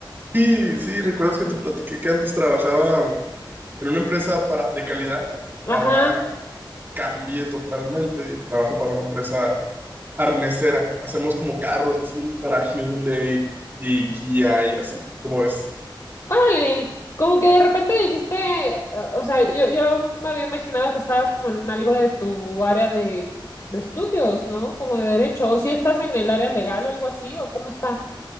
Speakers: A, on the right; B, on the left.
A: Sí, sí, ¿recuerdas que te platiqué que antes trabajaba mm, en una empresa para, de calidad?
B: Ajá.
A: Ahora cambié totalmente y trabajo para una empresa arnesera. Hacemos como carros así para Hyundai y Kia y así, como ves.
B: Órale. Como que de repente dijiste, eh, o sea, yo, yo me había imaginado que estabas como en algo de tu área de, de estudios, ¿no? Como de derecho. O si estás en el área legal o algo así, o cómo está.